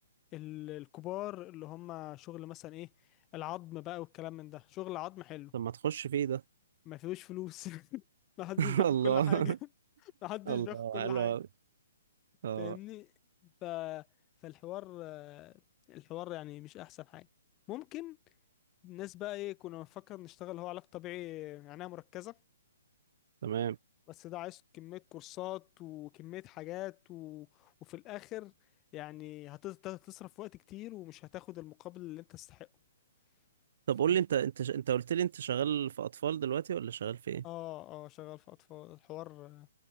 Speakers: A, on the left (about 25°); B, on the right (about 55°).
A: ال... الكبار اللي هم شغل مثلا ايه العظم بقى والكلام من ده شغل عظم حلو
B: طب ما تخش فيه ده
A: ما فيهوش فلوس <laughs> ما حدش
B: <laughs>
A: بياخد
B: الله
A: كل حاجة <laughs> ما حدش
B: الله
A: بياخد كل
B: حلو
A: حاجة
B: أوي. اه
A: فاهمني ف... فالحوار آه، الحوار يعني مش أحسن حاجة ممكن الناس بقى إيه كنا بنفكر نشتغل هو علاج طبيعي عناية مركزة
B: تمام
A: بس ده عايز كمية كورسات وكمية حاجات و... وفي الآخر يعني هت- هتصرف وقت كتير ومش هتاخد المقابل اللي أنت تستحقه
B: طب
A: ف-
B: قول لي انت انت انت قلت لي انت شغال في اطفال دلوقتي ولا شغال في ايه
A: اه اه شغال في أطفال الحوار